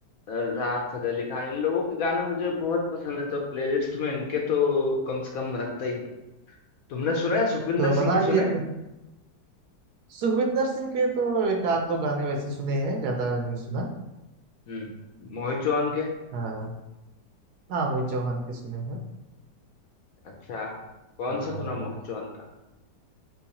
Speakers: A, on the left; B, on the right.
A: राहत फतेह अली खान इन लोगों के गाने मुझे बहुत पसंद है तो प्लेलिस्ट में इनके तो कम से कम रखता ही हूँ तुमने सुने सुखविंदर
B: तो बना
A: सिंह के
B: लिए
A: सुने
B: कि- सुखविंदर सिंह के तो एक आध दो गाने वैसे सुने हैं ज्यादा नहीं सुना
A: हम्म मोहित चौहान के
B: हाँ हाँ मोहित चौहान के सुने हैं
A: अच्छा कौन
B: हाँ,
A: सा सुना मोहित चौहान का